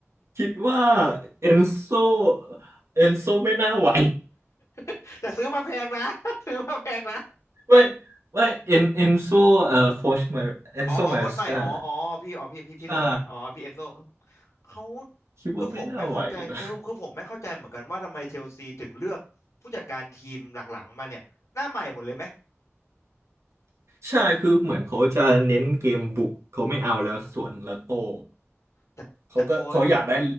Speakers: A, on the right; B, on the left.
A: คิดว่าเอนโซเอนโซไม่น่าไหว
B: <laughs> แต่ซื้อมาแพงนะ <laughs> ซื้อมาแพงนะ
A: <laughs> ไม่ไม่เอนเอนโซเอ่อโค้ชมาเอนโซมาสกา
B: อ๋ออ๋อคนใหม่อ๋ออ๋อพี่อ๋อพี่พี่พี่โลนนะอ๋อพี่เอนโซเอิ่ม
A: ใช่
B: เขา
A: คิดว่าไม่น่าไหวนะ
B: คือผมไม่เข้าใจเออคือผมไม่เข้าใจเหมือนกันว่าทำไมเชลซีถึงเลือกผู้จัดการทีมหลังๆมาเนี่ยหน้าใหม่หมดเลยไหม
A: <laughs> ใช่คือเหมือนเขาจะเน้นเกมบุกเขาไม่เอาแล้วสวนแล้วโต้
B: แต่แต่ตัวแต่
A: เขาก็เขาอยากได้